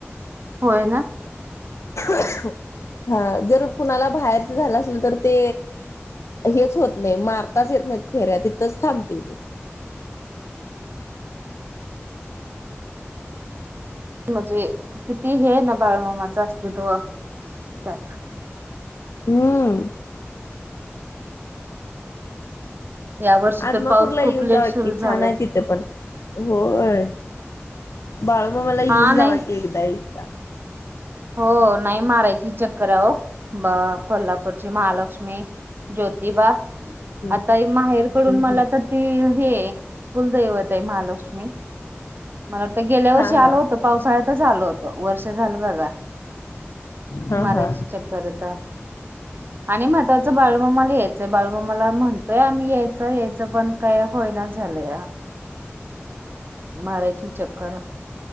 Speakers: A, on the right (about 50°); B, on the left (about 85°).
A: होय ना
B: अखो हा जर कुणाला बाहेरच झालं असल तर ते हेच होत नाही मारताच येत नाहीत फेऱ्या तिथंच थांबते ते
A: म्हणजे किती हे ना बाळमामाचं अस्तित्व त्यात
B: हम्म
A: या वर्षी
B: आदमापूरला
A: तर पाऊस खूप
B: येऊन
A: लेट
B: जाव
A: सुरू
B: की
A: झालाय
B: छान आहे तिथे पण होय बाळूमामा ला गेऊन
A: हा
B: जावा
A: नाही
B: की एकदा एकदा
A: हो नाही मारायची चक्कर आहे हो ब कोल्हापूरची महालक्ष्मी ज्योतिबा
B: हम्म
A: आता माहेरकडून
B: हम्म
A: मला तर ती हे कुलदैवत आहे महालक्ष्मी मला वाटतं गेल्या वर्षी
B: हा हा
A: आल होत पावसाळ्यातच आलो होत वर्ष झालं बघा
B: हा
A: मारायची
B: हा
A: चक्कर येता आणि महत्त्वाचं बाळूमामाला यायचंय बाळूमामाला म्हणतोय आम्ही यायचं यायचं पण काय होयना झाले मार्याची चक्कर